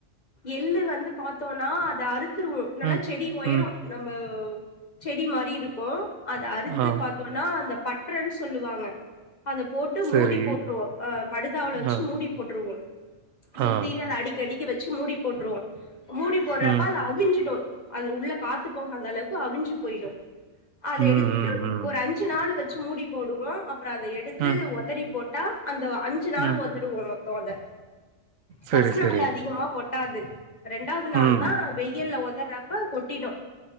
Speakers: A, on the left; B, on the right.
A: எள்ளு வந்து பாத்தோனா அத அறுத்துருவோ நல்லா
B: ம்.
A: செடி ஒயரோ
B: ம்.
A: நம்ம செடி மாரி இருக்கு அத அறுத்து
B: ஆ.
A: பாத் தோனா அந்த பட்றன் சொல்லுவாங்க அத போட்டு
B: சரி.
A: மூடி போட்டுடுவோ அ படுதாவுல வச்சு
B: ஆ,
A: மூடி போட்ருவோ சுத்தி
B: ஆ.
A: அத அடிக்கடிக்க வச்சு மூடி போட்ருவோ மூடி போடுறப்ப
B: ம்.
A: அத அவிஞ்சுடு அது உள்ள காத்து போகாத அளவுக்கு அவிஞ்சு போயிடு அத
B: ம்,
A: எடுத்துட்டு
B: ம், ம்.
A: ஒரு அஞ் அஞ்சு நாள் வச்சு மூடி போடுவோ அப்பறோ அத எடுத்து
B: ம்,
A: உதறி போட்டா அந்த அஞ் அஞ்சு நாள்
B: ம்.
A: ஒதருவோ மொத்தோ அத
B: சரி,
A: ஃபர்ஸ்ட்
B: சரி.
A: நாள் அதிகமா கொட்டாது ரெண்டாவது நாள்
B: ம்.
A: தா வெயில்ல உதர்றப்ப கொட்டிடு